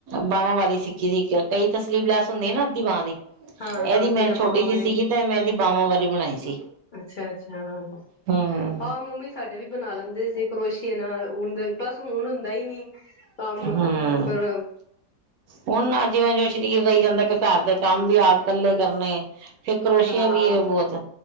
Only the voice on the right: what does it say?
ਬਾਹਵਾਂ ਵਾਲੀ ਸਿੱਖੀ ਸੀ ਕਈ ਤ ਸਲੀਵਲੈਸ ਹੁੰਦੀ ਸੀ ਨਾ ਅੱਧੀ ਬਾਂਹ ਦੀ।
ਇਹਦੀ ਮੈਂ
ਛੋਟੀ
ਜਿਹੀ ਸੀਗੀ ਤਾਂ ਮੈਂ ਇਹਦੀ ਬਾਵਾਂ ਵਾਲੀ ਬਣਾਈ ਸੀ।
ਹੂੰ
ਹੂੰ
ਹੁਣ ਨਾ ਜਿਉਂ ਜਿਉਂ ਸਰੀਰ ਰਹੀ ਜਾਂਦਾ ਕਿ ਘਰ ਦੇ ਕੰਮ ਵੀ ਆਪ ਕੱਲੇ ਕਰਨੇ ਫਿਰ ਕਰੋਸੀਏ
ਵੀ ਏ ਬਹੁਤ।